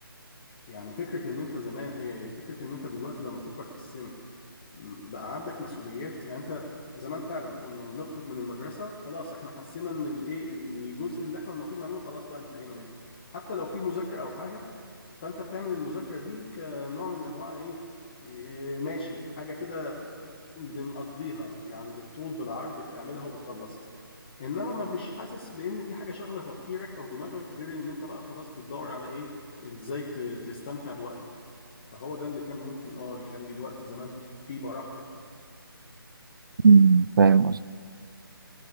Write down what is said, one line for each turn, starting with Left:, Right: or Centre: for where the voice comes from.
Left: يعني فكره ان انت زمان آه، فكره ان انت دلوقتي لما بتكبر في السن م- بقى عندك مسؤوليات يعني انت زمان فعلا كنا بنخرج من المدرسه خلاص احنا حسينا ان الايه الجزء اللي احنا المفروض نعمله خلاص بقى انتهينا منه حتى لو في مذاكره او حاجه فانت بتعمل المذاكره دي كنوع من انواع ايه إيه، ماشي حاجه كده بنقضيها يعني بالطول بالعرض بتعملها وبتخلصها انما ما مش حاسس بان في حاجه شغله تفكيرك او دماغك غير ان انت بقى خلاص بتدور على ايه ازاي ت- تستمتع بوقتك فهو ده اللي كان ممكن اه يخلي الوقت زمان فيه براح اكتر
Right: مم. فاهم قصدي